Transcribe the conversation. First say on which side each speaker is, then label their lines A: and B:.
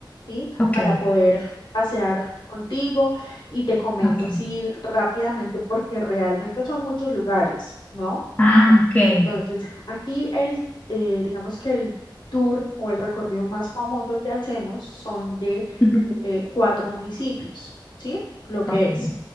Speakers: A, on the left (about 65°); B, on the left (about 20°).
A: ¿sí?
B: Ok,
A: Para poder pasear contigo y te comento
B: ok.
A: así rápidamente porque realmente son muchos lugares, ¿no?
B: Ah, ok.
A: Entonces, aquí el, eh, digamos que el tour o el recorrido más famoso que hacemos son de
B: Ujú.
A: eh, cuatro municipios, ¿sí? Lo que
B: Ok.
A: es